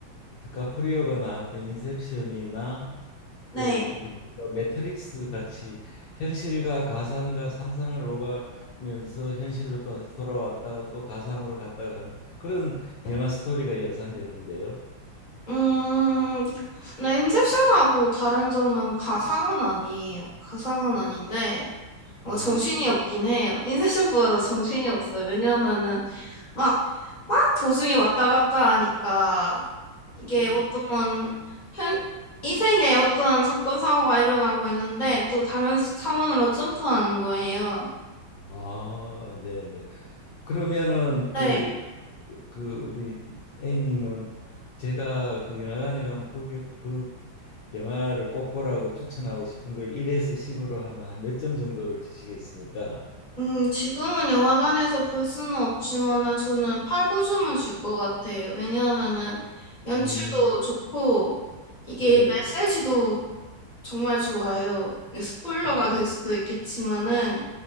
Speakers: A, on the left; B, on the left.
A: 드카프리오가 나왔던 인셉션이나
B: 네,
A: 또 그게 뭔가 매트릭스 같이 현실과 가상과 상상을 오가면서 현실로 또 다시 돌아왔다가 또 가상으로 갔다가 하는 그런 영화 스토리가 연상되는데요.
B: 음, 근데 인셉션하고 다른 점은 가상은 아니에요. 가상은 아닌데 어,
A: 음,
B: 정신이 없긴 해요. 인셉션보다 정신이 없어요. 왜냐하면은 막 막 도중에 왔다 갔다 하니까 이게
A: 예.
B: 어떤 현, 이 세계에 어떤 사건 사고가 일어나고 있는데 또 다른 차원으로 점프하는 거예요.
A: 아, 네네. 그러면은
B: 네.
A: 그, 그 우리 A님은 제가 그 영화관에 가면 그, 겨- 그 영화를 꼭 보라고 추천하고 싶은 걸 1에서 10으로 하면 한 몇 점 정도를 주시겠습니까?
B: 음, 지금은 영화관에서 볼 수는 없지만은 저는 팔 구주을줄 것 같아요. 왜냐하면은 연출도
A: 음,
B: 좋고 이게
A: 네.
B: 메시지도 정말 좋아요. 이게 스포일러가
A: 아,
B: 될 수도 있겠지만은